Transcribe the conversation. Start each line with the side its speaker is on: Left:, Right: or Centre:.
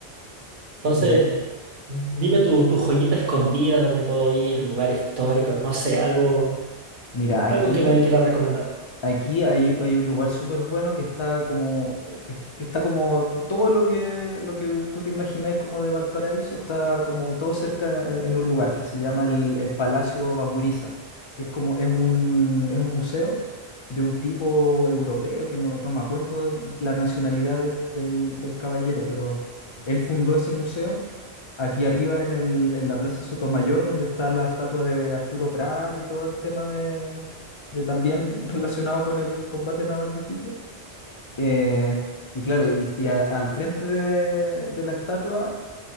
Right: entonces
Left: Eh,
Right: dime tu, tu joyita escondida, dónde puedo ir, lugar histórico, no sé, algo,
Left: mira, aquí,
Right: algo que me quieras recomendar.
Left: aquí hay, hay un lugar súper bueno que está como, que, que está como todo lo que, lo que tú te imagináis como de Valparaíso, está como todo cerca en, en un lugar que se llama el, el Palacio Baburiza, que es como, es un, es un museo de un tipo europeo, que no, no me acuerdo la nacionalidad del, del del caballero, pero él fundó ese museo aquí arriba en el, en la Plaza Sotomayor, donde está la estatua de Arturo Prat y todo el tema de, de también <laughs> relacionado con el combate naval de Iquique. Eh, y claro, y, y a- al frente de, de la estatua,